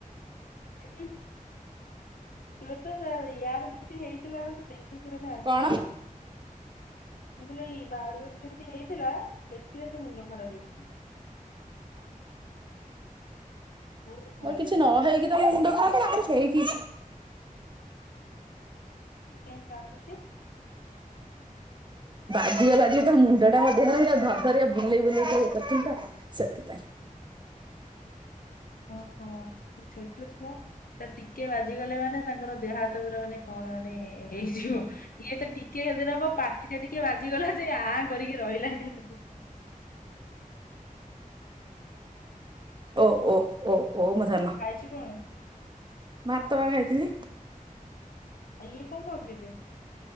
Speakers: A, on the left; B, on the right.
A: ଉଁ- ଉନ ତୋରତ ୟାର ଜେମିତି ହେଇଥିଲା। <unintelligible>
B: କଣ
A: ମୁଁ କହିଲି ଏଇ ବାହାଘର ଯେମିତି ହେଇଥିଲା ଦେଖିଲେ ତ ମୁଣ୍ଡ ଖରାପ ହେଇ
B: ଉଁ
A: ବହୁତ ଖରାପ
B: ମୋର କିଛି
A: ହେଇଥିଲା
B: ନ ହେଇକି ତ ମୋ ମୁଣ୍ଡ ଖରାପ ହେଇକି
A: ସେ କାହିଁ କନ୍ଦୁଛି?
B: ବାଜିଗଲା ଟିକେ ତା ମୁଣ୍ଡ ଟା ମୋ ଦେହରେ ଧରି ଧରି ବୁଲେଇ ବୁଲେଇ ତାକୁ ଇଏ କରୁଥିଲି ତ ସେଥିପାଇଁ।
A: ଓହୋ ଛୋଟ ଛୁଆ। ତ ଟିକେ ବାଜିଗଲେ ମାନେ ତାଙ୍କର ଦେହ ହାତ ପୁରା ମାନେ କଣ ମାନେ ହେଇଯିବ ଇଏ ତ ଟିକେ ଯଦି ହବ ପାଟି ଟା ଟିକେ ବାଜିଗଲା ଯେ ଆଁ କରିକି ରହିଲା ଏକା ଥରେ
B: ଓ ଓ ଓ ଓ ମୋ ଧନ।
A: ଖାଇଛୁକଣ?
B: ଭାତ ପା ଖାଇଥିଲି।
A: ଆଉ ଇଏ କଅଁ ଖାଉଛି ଏବେ?